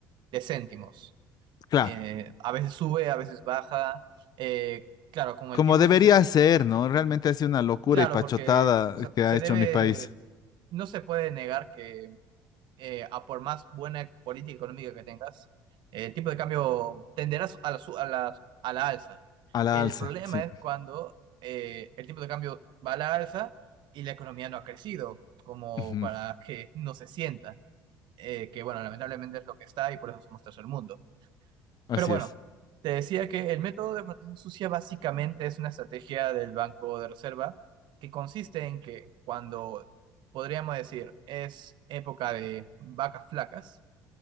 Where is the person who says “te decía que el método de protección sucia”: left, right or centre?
Right